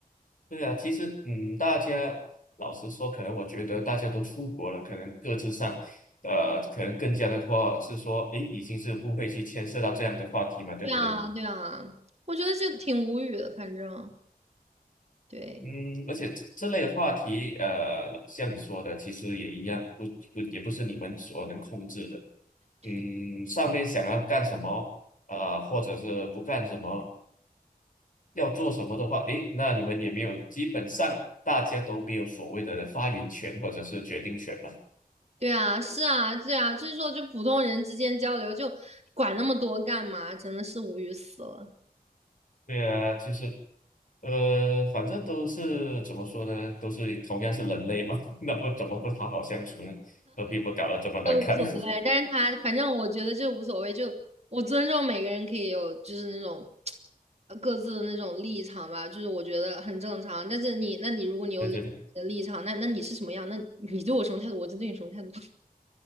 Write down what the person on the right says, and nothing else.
对啊，对啊，对啊，我觉得就挺无语的，反正对。
<laughs>
对啊，是啊，对啊，就是说，就普通人之间交流，就管那么多干嘛？真的是无语死了，
都无所谓。
但是他反正我觉得就无所谓，就我尊重每个人可以有就是那种呃各自的那种立场吧，就是我觉得很正常。但是你，那你如果你有你的立场，
那那你是什么样？那你对我什么态度，我就对你什么态度。<laughs>